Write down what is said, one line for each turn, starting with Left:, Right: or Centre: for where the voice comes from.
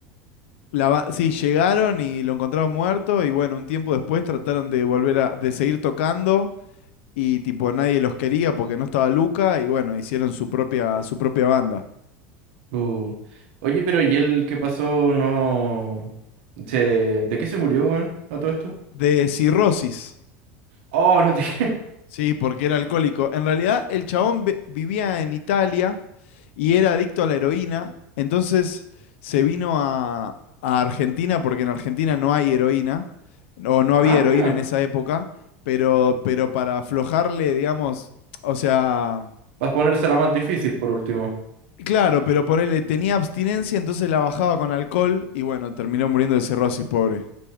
Left: la, ba- sí, llegaron y lo encontraron muerto y bueno, un tiempo después trataron de volver a, de seguir tocando y tipo nadie los quería porque no estaba Luca y bueno, hicieron su propia, su propia banda.
Right: Uh. Oye, pero ¿y él qué pasó? No. Se... ¿De qué se murió, weón? A todo esto.
Left: De cirrosis.
Right: Oh, no te <laughs> creo.
Left: Sí, porque era alcohólico. En realidad, el chabón ve- vivía en Italia y era adicto a la heroína. Entonces se vino a, a Argentina porque en Argentina no hay heroína, o no había
Right: Ah,
Left: heroína
Right: mira.
Left: en esa época, pero, pero para aflojarle, digamos, o sea,
Right: Vas a ponérsela más difícil por último.
Left: claro, pero ponerle, tenía abstinencia, entonces la bajaba con alcohol y bueno, terminó muriendo de cirrosis, pobre.